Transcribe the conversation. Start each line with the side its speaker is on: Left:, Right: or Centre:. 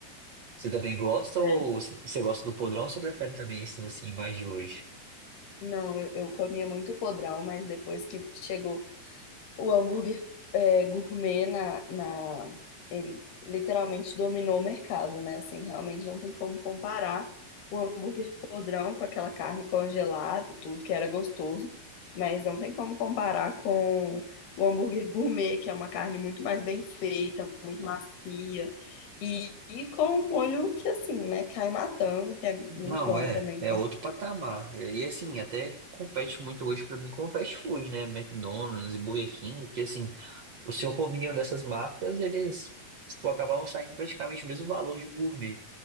Right: Você também gosta
Left: É.
Right: ou c- você gosta do podrão ou você prefere também esse assim mais de hoje?
Left: Não, eu, eu comia muito podrão, mas depois que chegou O hambúrguer é, gourmet na, na, ele literalmente dominou o mercado, né? Assim, realmente não tem como comparar o hambúrguer podrão com aquela carne congelada e tudo, que era gostoso, mas não tem como comparar com o hambúrguer gourmet, que é uma carne muito mais bem feita, muito macia, e, e com um molho que, assim, né, cai matando, que é muito
Right: Não,
Left: bom,
Right: é,
Left: eu também,
Right: é
Left: com
Right: outro
Left: certeza.
Right: patamar. E assim, até compete muito hoje pra mim com fast food, né? McDonald's e Burger King, porque assim. O seu cominho dessas marcas, eles pô, acabavam saindo praticamente o mesmo valor de um gourmet.